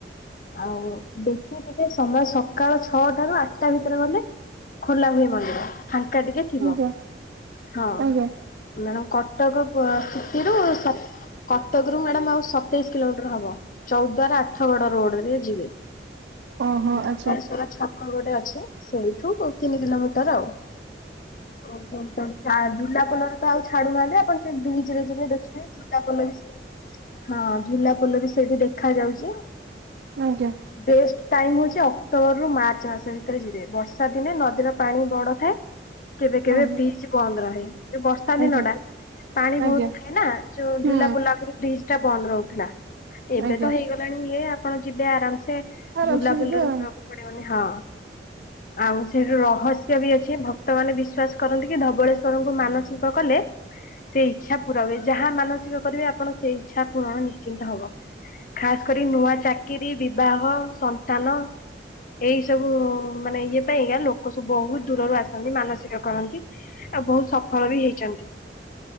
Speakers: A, on the left; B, on the right.
A: ଆଉ ବେଶୀ ଟିକେ ସମୟ ସକାଳ ଛଅଟାରୁ ଆଠଟା ଭିତରେ ଗଲେ ଖୋଲା ହୁଏ ମନ୍ଦିର। ଫାଙ୍କା ଟିକେ ଥିବ
B: ଆଜ୍ଞା
A: ହଁ
B: ଆଜ୍ଞା
A: ମ୍ୟାଡ଼ମ୍ କଟକ ସେଥିରୁ ସତ କଟକରୁ ମ୍ୟାଡାମ ଆଉ ସତେଇଶ କିଲୋମିଟ ହବ ଚୌଦ୍ୱାର ଆଠଗଡ ରୋଡରେ ଯିବେ।
B: ଓହୋ
A: ଧବଳେଶ୍ଵର
B: ଆଚ୍ଛା
A: ଛକ ଗୋଟେ ଅଛି ସେଇଠୁ ଦୋ ତିନି କିଲୋମିଟର ଆଉ। ଓହୋ ଚା ଝୁଲାପୋଲରେ ତ ଆଉ ଛାଡୁନାହାନ୍ତି ଆପଣ ସେ ବ୍ରିଜରେ ଯିବେ ଦେଖିବେ। ଝୁଲା ପୋଲ ବି ସେ ହଁ ଝୁଲା ପୋଲ ବି ସେଇଠି ଦେଖାଯାଉଛି।
B: ଆଜ୍ଞା।
A: ବେଷ୍ଟ ଟାଇମ୍ ହେଉଛି ଅକ୍ଟୋବରରୁ ମାର୍ଚ୍ଚ ମାସ ଭିତରେ ଯିବେ ବର୍ଷା ଦିନେ ନଦୀର ପାଣି ବଡ଼ ଥାଏ। କେବେ କେବେ
B: ଓହୋ
A: ବିଚ ବନ୍ଦ ରହେ ଯୋଉ ବର୍ଷା
B: ଆଜ୍ଞା
A: ଦିନଟା। ପାଣି ବହୁତ
B: ଆଜ୍ଞା
A: ଥାଏ ନା ଯୋଉ
B: ହୁଁ
A: ଝୁଲା ପୋଲ ଆଗରୁ ବ୍ରିଜ ଟା ବନ୍ଦ ରହୁଥିଲା। ଏବେ
B: ଆଜ୍ଞା
A: ତ ହେଇଗଲାଣି ଇଏ ଆପଣ ଯିବେ ଆରାମ ସେ ସେ
B: ଆରାମସେ
A: ଝୁଲାପୋଲରେ
B: ଯିବେ ଆଉ
A: ଯିବାକୁ ପଡିବନି ହଁ ଆଉ ସେଠୁ ରହସ୍ୟ ବି ଅଛି ଭକ୍ତମାନେ ବିଶ୍ୱାସ କରନ୍ତି କି ଧବଳେଶ୍ୱରଙ୍କୁ ମାନଚିକ କଲେ ସେ ଇଚ୍ଛା ପୁରା ହୁଏ। ଯାହା ମାନସିକ କରିବେ ଆପଣ ସେ ଇଚ୍ଛା ପୂରଣ ନିଶ୍ଚିନ୍ତ ହବ। ଖାସ କରି ନୂଆ ଚାକିରି ବିବାହ ସନ୍ତାନ ଏଇସବୁ ମାନେ ଇଏ ପାଇଁକା ଲୋକ ସବୁ ବହୁତ ଦୂରରୁ ଆସନ୍ତି ମାନସିକ କରନ୍ତି। ଆଉ ବହୁତ ସଫଳ ବି ହେଇଛନ୍ତି।